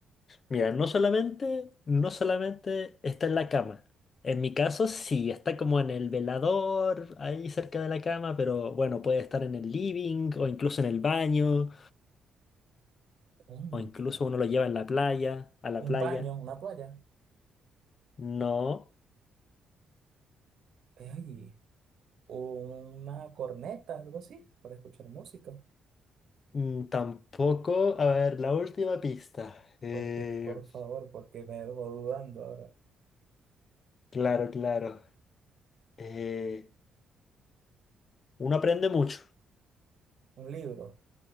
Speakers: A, on the left; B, on the right.
A: Mira, no solamente, no solamente está en la cama. En mi caso, sí, está como en el velador, ahí cerca de la cama, pero bueno, puede estar en el living o incluso en el baño,
B: Cónchale.
A: o incluso uno lo lleva en la playa, a la playa.
B: Un paño, una toalla.
A: No,
B: Ay, una corneta, algo así, para escuchar música.
A: mm, tampoco. A ver, la última pista. Eh,
B: Ok, por favor, porque me dejo dudando ahora.
A: claro, claro. Eh, uno aprende mucho.
B: Un libro.